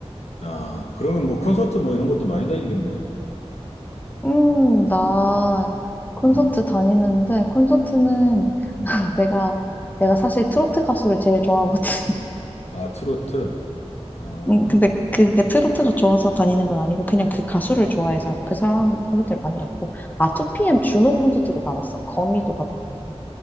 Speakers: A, on the left; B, on the left.
A: 아, 그러면 뭐 콘서트 뭐 이런 것도 많이 다니겠네.
B: 음, 나 콘서트
A: 음,
B: 다니는데, 콘서트는
A: 음.
B: <laughs> 내가, 내가 사실 트로트 가수를 제일 좋아하거든. <laughs>
A: 아, 트로트. 아, 아.
B: 음, 근데 그게 트로트가 좋아서 다니는 건 아니고, 그냥 그 가수를 좋아해서 그 사람 콘서트를 많이 갔고, 아, 2PM 준호 콘서트도 가봤어. 거미도 가봤고.